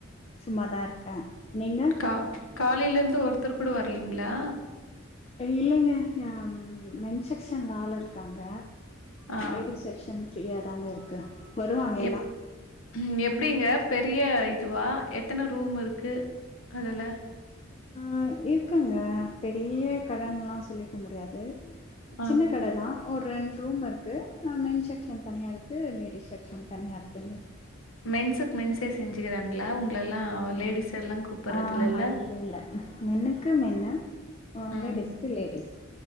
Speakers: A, on the left (about 30°); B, on the left (about 80°).
A: சும்மாதா இருக்கே நீங்க
B: கா காலையில இருந்து ஒருத்தர் கூட வரலீங்களா
A: இல்லைங்க யாம் மென் செக்ஷன் ஆளு இருக்காங்க
B: ஆ
A: லேடி செக்ஷன் ஃப்ரீயாக தாங்க இருக்கு வருவாங்க எல்லா
B: எப் ம் எப்படிங்க பெரிய இதுவா எத்தனை ரூம் இருக்கு அதுல
A: ஆ இருக்குங்க பெரிய கடைன்லா சொல்லிக்க முடியாது
B: ஆ
A: சின்ன கடை தா ஒரு ரெண்டு ரூம் இருக்கு மென் செக்ஷன் தனியா இருக்கு லேடிஸ் செக்ஷன் தனியா இருக்குங்க
B: மென்ஸுக்கு மென்ஸே செஞ்சுக்கிறாங்களா உங்களெல்லா
A: ஆமாங்க
B: லேடிஸ் எல்லா கூப்பிறதுலல்ல
A: ஆ ஹ இல்ல இல்ல மென்னுக்கு மென்னு
B: ம்
A: லேடிஸ்க்கு லேடிஸ்